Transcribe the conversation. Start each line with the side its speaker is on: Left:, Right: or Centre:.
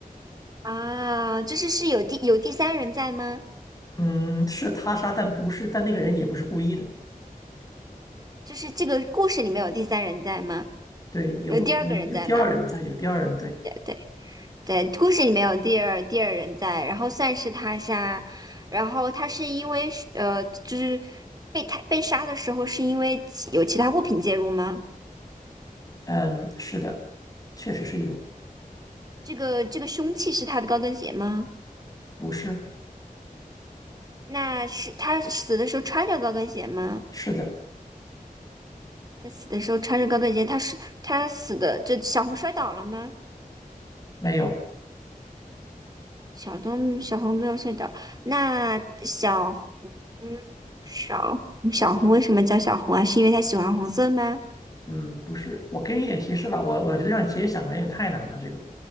Right: 啊？就是是有第有第三人在吗？
Left: 嗯，是他杀，但不是，但那个人也不是故意的。
Right: 就是这个故事里面有第三人在吗？
Left: 对，有有有第二人在，
Right: 有第二个人在吗？
Left: 有第二人。对，
Right: 对对，故事里面有第二第二人在，然后算是他杀，然后他是因为是呃，就是被他被杀的时候是因为其有其他物品介入吗？
Left: 嗯，是的，确实是有，
Right: 这个这个凶器是他的高跟鞋吗？
Left: 不是，
Right: 那是他死的时候穿着高跟鞋吗？
Left: 是的，
Right: 他死的时候穿着高跟鞋，他是他死的，这小红摔倒了吗？
Left: 没有，
Right: 小东小红没有摔倒，那小红小红小红为什么叫小红啊？是因为她喜欢红色吗？
Left: 嗯，不是。我给你一点提示吧，我我觉得让你直接想可能有点太难了。这个